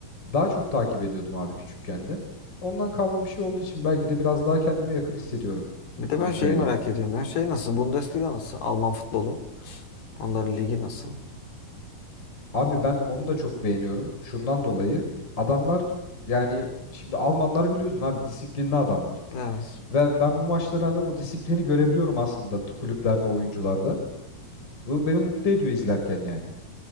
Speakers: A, on the left; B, on the left.
A: Daha çok takip ediyordum abi küçükken de. Ondan kalma bir şey olduğu için belki de biraz daha kendime yakın hissediyorum
B: Bir de
A: İngiltere
B: ben şeyi merak
A: Ligi'ni.
B: ediyorum ya. Şey nasıl? Bundesliga nasıl? Alman futbolu. Onların ligi nasıl?
A: Abi ben onu da çok beğeniyorum. Şundan dolayı adamlar yani şimdi Almanlar biliyorsun abi disiplinli adamlar.
B: Evet.
A: Ve ben bu maçları hani o disiplini görebiliyorum aslında t- kulüplerde, oyuncularda. Bu beni mutlu ediyor izlerken yani.